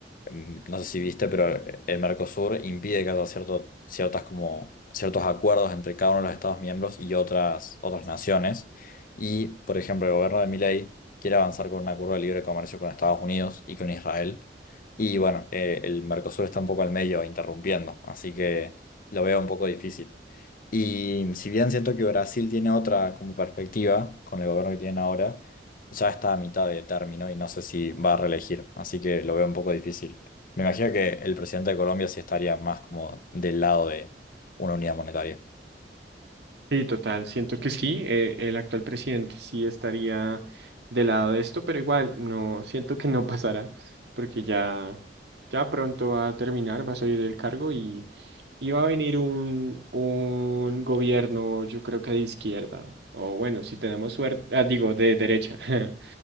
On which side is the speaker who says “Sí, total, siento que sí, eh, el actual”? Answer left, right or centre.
Right